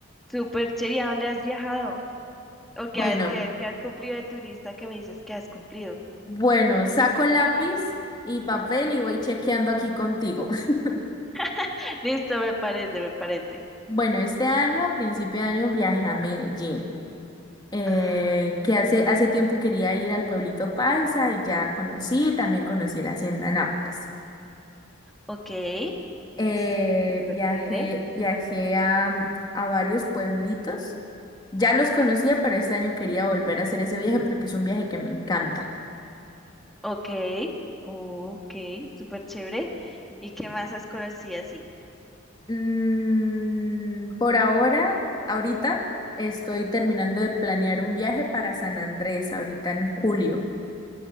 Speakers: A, in the centre; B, on the left.
A: Súper chévere. ¿Y a dónde has viajado? ¿O qué
B: Bueno,
A: has, qué, qué has cumplido de tu lista que me dices que has cumplido?
B: bueno, saco lápiz y papel y voy chequeando aquí contigo. <laughs>
A: <laughs> Listo, me parece, me parece.
B: Bueno, este año, a principio de año, viajé a Medellín. eh,
A: Ah, mm,
B: que hace, hace tiempo quería ir al pueblito Paisa y ya conocí, también conocí la hacienda Nápoles.
A: ok. Es
B: Eh,
A: súper
B: viajé,
A: chévere.
B: viajé a, mm, a varios pueblitos. Ya los conocía, pero este año quería volver a hacer ese viaje porque es un viaje que me encanta.
A: Ok, ok, súper chévere. ¿Y qué más has conocido así?
B: Mm, por ahora, ahorita estoy terminando de planear un viaje para San Andrés, ahorita en julio.